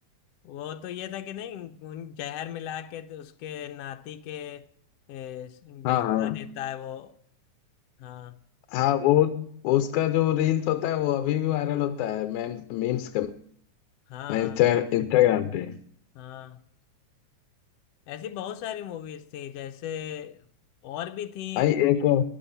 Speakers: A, on the left; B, on the left.
A: वो तो ये था कि नहीं उन जहर मिला के तो उसके नाती के ए, भिजवा
B: हाँ हाँ
A: देता है वो हाँ
B: हाँ वो वो उसका जो रील्स होता है वो अभी भी वायरल होता है मैम मीम्स
A: हाँ
B: में
A: हाँ
B: इंस्टाग्राम पे
A: हाँ ऐसी बहुत सारी मूवीज थी जैसे और भी थी
B: भाई एक